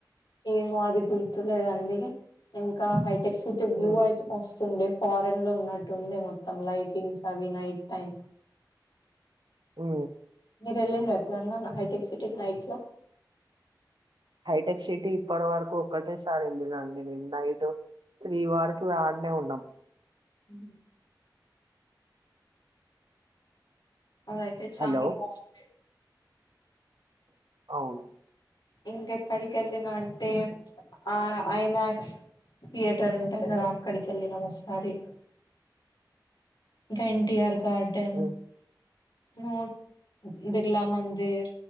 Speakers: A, on the left; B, on the right.
A: ఏమో అది గుర్తులేదండి ఇంకా హైటెక్ సిటివ్వ్యూ
B: ఉమ్
A: అయితే మస్తుండే ఫారెన్లో ఉన్నట్టు ఉండే మొత్తం లైటింగ్స్ అవి నైట్ టైం
B: ఓ
A: మీరు ఎళ్ళన్లా ఎప్పుడన్నా హైటెక్ సిటిక్ నైట్లా
B: హైటెక్ సిటీ ఇప్పటి వరకు ఒక్కటే సారి వెళ్ళిన అండి నేను నైట్ శ్రీవాడికి ఆన్నే ఉన్నాం
A: అ అదయితే చాలా
B: హలో
A: బాగుంది
B: అవును
A: ఇంగ ఎక్కడికి ఎల్లినా అంటే ఆ ఐ మ్యాక్స్ థియేటర్ ఉంటది కదా ఆక్కడికి వెల్లినము ఒకసారి ఇంకా ఎన్టీఆర్ గార్డెన్
B: ఉమ్
A: నొ బిర్లా మందిర్